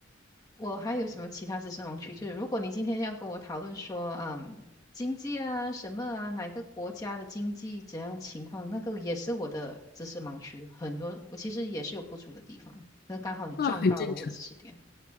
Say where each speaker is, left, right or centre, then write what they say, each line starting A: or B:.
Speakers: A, on the left; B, on the left.
A: 我还有什么其他知识盲区？就是如果你今天要跟我讨论说，嗯，经济啊，什么啊，哪个国家的经济怎样情况，那个也是我的知识盲区，很多我其实也是有不足的地方。那刚好你撞到了我的知识点。
B: 那很正常。